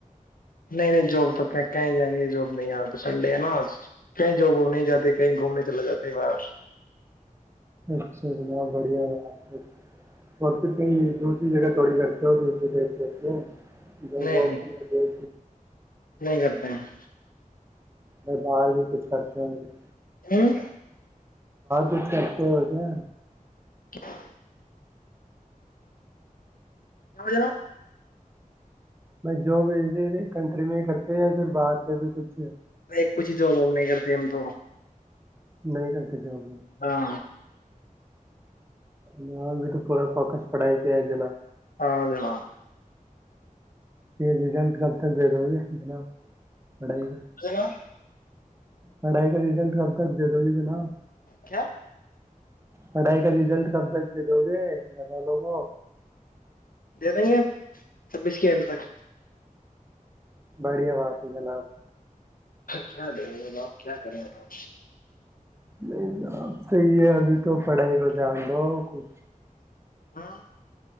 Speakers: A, on the left (about 85°); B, on the right (about 20°).
A: نہیں نہیں جاب تو کہیں جائیں گے جاب نہیں آ تو سنڈے ہے نا آ کہیں جاب و نہیں جاتے کہیں گھومنے چلے جاتے باہر
B: اچھا جناب بڑھیا ب آپ اور پھر کہئی دوسری جگہ تھوڑی کرتے ہو دوسرے دیش بیتے ہو ج بہ
A: نہیں نہیں
B: س گئے
A: نہیں کرتے ہیں
B: میں باہر بھی کچھ کرتی ہوںے
A: ہوں
B: کچھ کرتے ہو کیا
A: کیا ج
B: ب جواب ای کنٹری میں کرتے یا پھر باہر کے بھی کچھ
A: ایک پچی جواباب نہیں کرتے ایم تو
B: نہیں گ سجابوں
A: ہاں
B: چ ابھی تو پورا فوکس پڑھائی کیا ہے جناب
A: ہاں ج ن
B: پھر رجنٹ کب تک دے دو گے جناب پڑائی گ
A: جناب
B: پڑھائی کا رزلٹ کب تک دے دو گی جناب
A: کیا
B: پڑھائی کا رزلٹ کب تک بھی دو گے گھر والوں کو
A: د نہیں ہے چھبیس کے گھنٹ تک
B: بڑیاواز ہے جناب
A: کیا دے م باؤ کیا کریں بتاؤ
B: نہیں جناب صحی ہے اب تو پڑھائی کرتے دو کچھ
A: ہاں